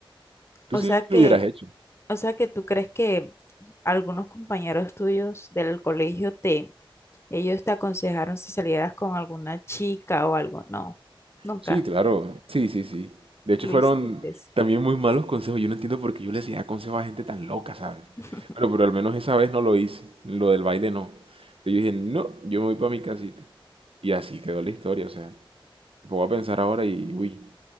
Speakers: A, on the right (about 80°); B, on the left (about 30°).
A: Tú
B: O
A: sí
B: sea que,
A: lo hubieras hecho.
B: o sea que tú crees que algunos compañeros tuyos del colegio te, ellos te aconsejaron si salieras con alguna chica o algo. No, nunca
A: Sí, claro. Sí, sí, sí. De hecho,
B: lo
A: fueron
B: hiciste.
A: también muy malos consejos. Yo no entiendo por qué yo le hacía consejos a gente tan loca, ¿sabes?
B: <laughs>
A: Bueno, pero al menos esa vez no lo hice. Lo del baile no. Entonces yo dije, no, yo me voy para mi casita. Y así quedó la historia. O sea, me pongo a pensar ahora y, uy,